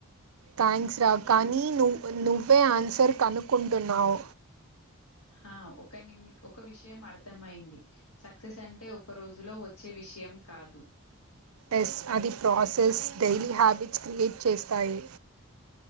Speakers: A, on the right; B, on the left.
A: థ్యాంక్స్ రా కానీ నువ్ నువ్వే ఆన్సర్ కనుక్కుంటున్నావ్
B: హ ఒక నిమి ఒక విషయం అర్థమైంది సక్సెస్ అంటే ఒక రోజులో వచ్చే విషయం కాదు!
A: ఎస్ అది ప్రాసెస్ డైలీ హ్యాబిట్స్ క్రియేట్ చేస్తాయి